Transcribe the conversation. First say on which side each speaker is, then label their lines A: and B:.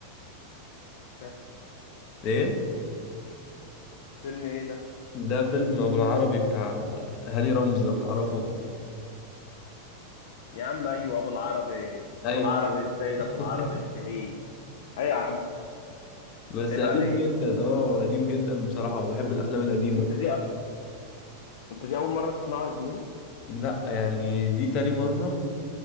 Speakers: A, on the left; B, on the left.
A: ده
B: ايه
A: فيلم ايه ده
B: ده فيلم ابو العربي بتاع هاني رمزي لو تعرفه
A: يا عم ايوه ابو العربي
B: ايوه
A: ابو العربي
B: والله.
A: السيد
B: <laughs>
A: ابو العربي الشهيد ايوه يا عم
B: بس
A: عيب
B: قديم
A: عليك
B: جدا اه قديم جدا بصراحة وبحب الافلام القديمة
A: انت دي انت دي اول مره تسمعه يا زميلي
B: لا يعني دي تاني مرة